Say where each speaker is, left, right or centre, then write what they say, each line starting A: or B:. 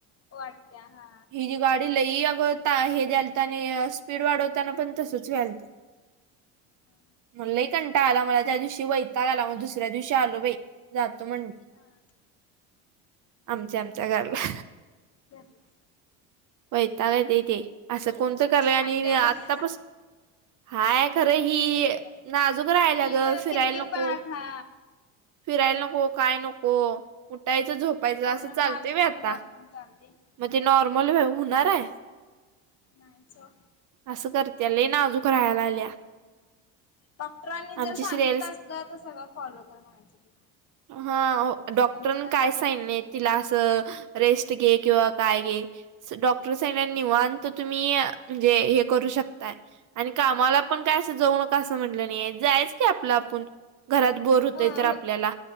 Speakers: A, on the left; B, on the right.
A: वाटत्या हा.
B: हि जी गाडी लई अगं ताण हे द्यायलत. आणि स्पीड वाढवताना पण तसचं व्हालत.
A: हा
B: मला लय कंटाळा आला मला त्या दिवशी. वैताग आला. मग दुसऱ्या दिवशी आलो बाई जातो म्हणल.
A: हा
B: आमच्या आमच्या घरला.
A: घरला
B: वैताग येतंय ते. असं कोणत काम आहे. आणि
A: हाय काय
B: आतापासून
A: बरी आता?
B: हाय खरं ही
A: बरी आहे काय?
B: नाजूक राहायला
A: हीच
B: ग. फिरायला
A: किरकिरपणा
B: नको.
A: हा
B: फिरायला नको. काय नको. उठायच झोप पायच.
A: एवढं
B: अस चालतय
A: नाजूकपणा
B: व्हय आता.
A: दाखवून चालते
B: मग
A: नाहीच
B: ती नॉर्मल
A: की.
B: होणार आहे.
A: नाहीच ओ
B: अस करत्या. लय नाजूक राहाय लागल्या
A: डॉक्टरांनी जर
B: आमची
A: सांगितलं
B: श्रेयस
A: असल तर सगळ फॉलो कर म्हणायच ते.
B: ह हो डॉक्टरन
A: त्यांचं
B: काय
A: करत
B: सानिय
A: जाऊ नको.
B: तिला असं रेस्ट घे. किंवा काय घे. डॉक्टर सागितल‌. निवांत तुम्ही म्हणजे हे करू शकताय. आणि कामाला पण काय असं जावू नका असं म्हटलं नाही‌ जायचं की आपलं आपुण घरात बोर होतेय
A: होय
B: तर
A: होय
B: आपल्याला.